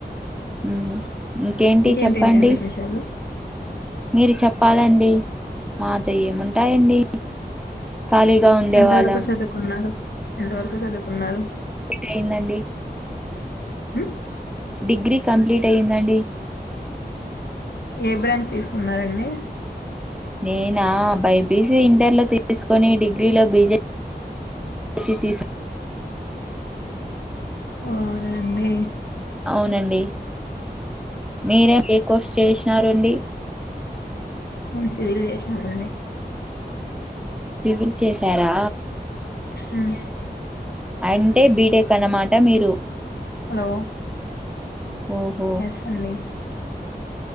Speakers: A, in the centre; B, on the left.
A: మ్మ్ ఇంకేంటి
B: ఇంకేంటేంటి
A: చెప్పండి
B: విశేషాలు
A: మీరు చెప్పాలండి మాతో ఏముంటాయండి ఖాళీగా ఉండేవాళ్ళం
B: ఎంత వరకు చదువుకున్నారు. ఎంత వరకు చదువుకున్నారు
A: డిగ్రీ అయిందండీ
B: మ్మ్
A: డిగ్రీ కంప్లీట్ అయ్యిందండి
B: ఏ బ్రాంచ్ తీసుకున్నారండి
A: నేనా బైపీసీ ఇంటర్లో తీసుకొని డిగ్రీలో బీజే స్ తీసు
B: ఓనండి
A: అవునండి మీరేం ఏ కోర్స్ చేసినారండి
B: నేను సివిల్ చేసినామండి
A: సివిల్ చేసారా
B: మ్మ్
A: అంటే బీటెక్ అనమాట మీరు
B: హలో
A: ఓహో
B: ఎస్ అండి